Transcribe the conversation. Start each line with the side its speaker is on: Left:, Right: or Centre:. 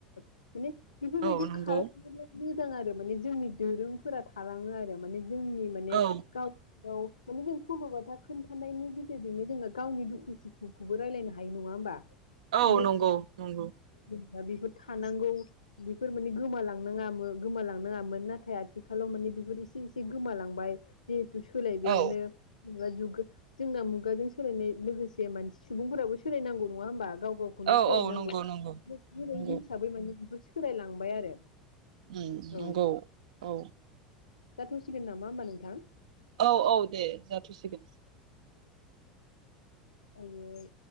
Left: नो माने बेफोरबायदि
Right: औ नंगौ
Left: खालामोब्ला मोजां आरो माने जोंनि दोरोंफोरा थालाङो आरो माने जोंनि माने
Right: औ
Left: गाव गाव माने जों सलबाथा खोन्थानायनि गेजेरजोंनो जोङो गावनि दुखु सुखुखौबो रायज्लायनो हायो नङा होमबा
Right: औ
Left: माने
Right: नंगौ नंगौ
Left: <unintelligible> दा बेफोर थानांगौ बेफोर माने गोमालांनाङामो गोमालांनाङामोन नाथाय आथिखालाव माने बेफोर एसे एसे गोमालांबाय जिहेथु सोलायबायानो
Right: औ
Left: एबा जुग गो जोंना मुगाजों सोलायनाय लोगोसे मानसि सुबुंफोराबो सोलायनांगौ नङा होमबा गाव गावखौनो
Right: औ
Left: सोलायनांगौ
Right: औ नंगौ नंगौ
Left: बे-बेबायदि
Right: नंगौ
Left: हिसाबै माने बेफोर सोलायलांबाय आरो
Right: उम
Left: औ
Right: नंगौ औ
Left: जाथ'सिगोन नामा होमबा नोंथां
Right: औ औ दे जाथसिगोन
Left: आयोय